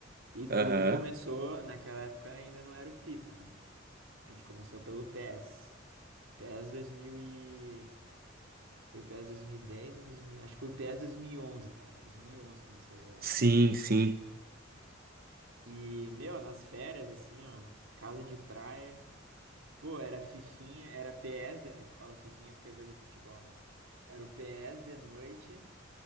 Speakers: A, on the right; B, on the right.
A: E tudo
B: Aham.
A: começou, naquela época ainda não era o FIFA, né? A gente começou pelo PES. PES 2000 e... Foi o PES 2010 ou 2000? Acho que foi o PES 2011, cara. Foi 2011 que comecei a jogar.
B: Sim, sim.
A: E, meu, nas férias, assim, ó, casa de praia. Pô, era fifinha, era PS, de... fala fifinha porque é jogo de futebol, né? Era o PS de noite,